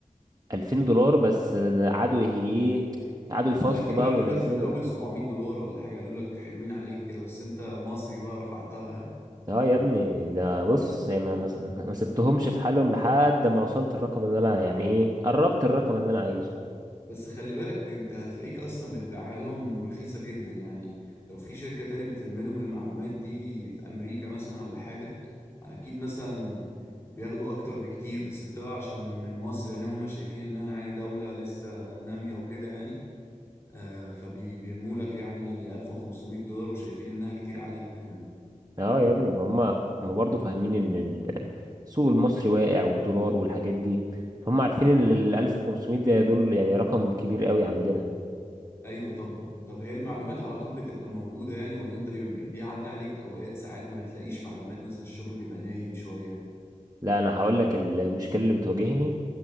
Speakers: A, on the right (about 30°); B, on the left (about 20°).
A: ألفين دولار بس آه، قعدوا يه- ايه قعدوا يفاصلوا
B: ده اكيد
A: بقى
B: رمولك
A: وينزلوا
B: في الاول 700 دولار ولا حاجه قالوا لك حلوين عليك كده بس انت مصري بقى رفعتها
A: اه يا ابني ده بص
B: <laughs>
A: يعني ما ما ما سبتهمش في حالهم لحد ما وصلت الرقم اللي انا يعني ايه قربت الرقم اللي انا عايزه
B: بس خلي بالك انت هتلاقيك اصلا بتبيعها لهم رخيصه جدا يعني لو في شركه تاني بتلم لهم المعلومات دي في امريكا مثلا ولا حاجه اكيد مثلا بياخدوا اكتر بكتير بس انت بقى عشان من مصر يعني هم شايفين انها يعني دوله لسه ناميه وكده يعني آه فبيرموا لك يعني 1500 دولار وشايفين انها كتير عليك كمان
A: اه يا ابني ما هم هم برضه فاهمين ان ال- السوق المصري واقع والدولار والحاجات دي فهم عارفين ان
B: اه
A: ال
B: اه
A: 1500 ده دول يعني رقم كبير قوي عندنا
B: ايوه طب طب هي المعلومات على طول بتبقى موجودة يعني ولا انت بيبقى بيعدي عليك اوقات ساعات ما بتلاقيش معلومات مثلا الشغل بيبقى نايم شوية
A: لا انا هقول لك المشكله اللي بتواجهني